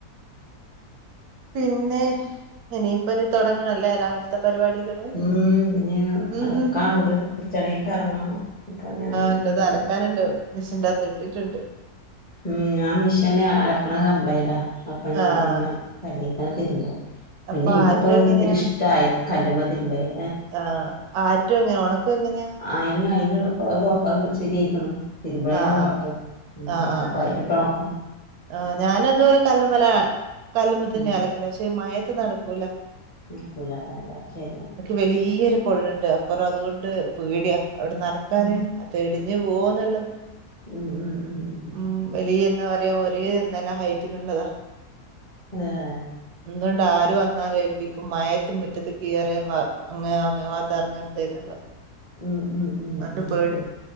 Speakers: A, on the right; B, on the left.
A: പിന്നെ ഇനിയിപ്പോ ഞ് തൊടങ്ങണല്ലേ രാവിൽ ത്തെ പരിവാടികള്
B: ഉം ഇഞ്ഞ്
A: ആഹ്
B: അലക്കാണ്ട് കിച്ചണീക്ക് എറങ്ങണം അപ്പൊ ഞാനിഞ്ഞ്
A: ഇന്റെതലക്കാന്ണ്ട്
B: ഏതായാലും
A: മിഷീൻ്റാത്ത് ഇട്ട്ട്ട്ണ്ട്.
B: ഉം ഞാൻ മിഷീന് അലക്കണ കംപ്ലൈയ്ൻ്റാ അപ്പൊ ഞാൻ
A: ആഹ്
B: പിന്നെ കല്ത്തന്നെ തിര്മ്പും പിന്നെ
A: അപ്പൊ
B: ഇൻക്ക്പ്പോ
A: ആറ്റും എങ്ങനെയാ
B: ഒരിഷ്ടായി കല്ല് മ്മേ തിര്മ്പല്
A: ആഹ് ആറ്റേ ഞ് ഒണക്കങ്ങന്യാ
B: അയിന് അയ്മേ <unintelligible> ശെര്യായ്ക്ക്ണ് തിര്മ്പ്ണേനാ
A: ആഹ്
B: കൊഴപ്പം.
A: ആഹ്
B: ഉം
A: ആഹ് ആഹ്
B: അപ്പൊ അയില്ട്ടൊണക്കും.
A: ആഹ് ആഹ് ഞാനത്പോലെ കല്ല്മ്മല കല്ല്മ്മ തന്ന്യാലക്കല്
B: ഉം
A: പക്ഷെ ഈ മയത്ത് നടക്കൂല
B: നട്ക്കൂല അതാ താ ശെര്യാണ്
A: വെലിയൊരു പൊള്ള്ണ്ട് അപ്പറ അത്കൊണ്ട് പേട്യാ അവടെ നനക്കാന്
B: ഉം
A: അതെടിഞ്ഞ് പോവുന്നുള്ളത്
B: ഉം ഉം ഉം
A: ഉം ഒര് എന്നാ പറയാ ഒരേ നല്ല ഹൈറ്റിനുള്ളതാ
B: ഏഹ്
A: എന്തൊണ്ട് ആര് വന്നാലേൽപ്പിക്കും മയത്ത് മുറ്റത്ത്ക്ക് കേറ്യാ വ അങ്ങേ അങ്ങേ വാത്തെർങ്ങരുതേന്ന്ള്ളേ
B: ഉം ഉം
A: <unintelligible>
B: ഉം
A: പേട്യാവും
B: ഉം